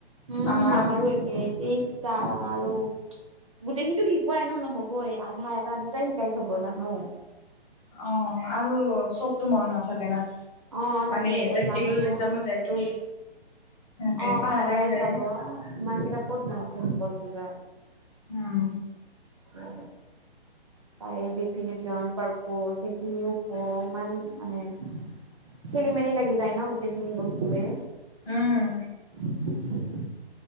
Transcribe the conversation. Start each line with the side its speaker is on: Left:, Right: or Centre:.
Right: উম
Left: আমাৰ
Right: আমাৰো একে তেইশটা আৰু। গোটেইখিনিতো শিকোৱাই ন নহবই আধা এটা দুটাই শিকাই থব জানো।
Left: অ' আৰু চবতো মনত নাথাকে না।
Right: অ' তাকে
Left: মানে প্ৰেক্টিকেল
Right: একজামতো।
Left: এক্সামত যায়তো সেনেকে
Right: অ'
Left: পাহাৰাই
Right: পাহৰাই
Left: যায়।
Right: যাব ইমান কেইটা ক'ত মনত থাকিব। চিজন
Left: উম।
Right: অ। তাৰে ডফিনেশচন পাৰপজ সেইখিনিও ক ইমান মানে। খেলি-মেলি লাগি যায় ন গোটেই খিনি বস্তুয়ে।
Left: উম,
Right: উম